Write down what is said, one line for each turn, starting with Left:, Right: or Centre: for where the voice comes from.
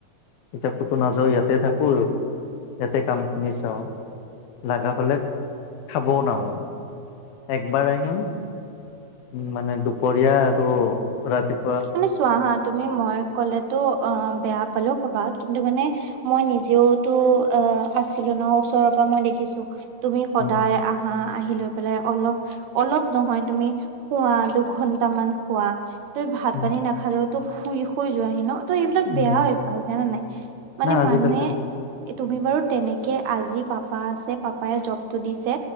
Left: এতিয়া ক'তো নাযাওঁ ইয়াতে থাকো আৰু ইয়াতে কামখিনি চাওঁ। লাগা হ'লে খাবও নাহো একবাৰ আহিম। উম, মানে দুপৰীয়া আৰু ৰাতিপ
Right: মানে চোৱা হাঁ তুমি মই কলেতো অ, বেয়া পালেও পাবা কিন্তু মানে মই নিজেওতো অ, আছিলো ন' ওচৰৰ পৰা মই দেখিছোঁ তুমি সদায়
Left: উম,
Right: আহ আহি লৈ পেলাই অলপ অলপ নহয় তুমি- শুৱা দুঘন্টা মান শুৱা তই ভাত
Left: উম,
Right: পানী নাখালেও তো শুই শুই যোৱাহি ন। ত' এইবিলাক
Left: উম,
Right: অভ্যাস জানা নাই, মানে
Left: না আজিকালি
Right: মানুহে- তুমি বাৰু তেনেকে আজি পাপা আছে, পাপায়ে জব তটো দিছে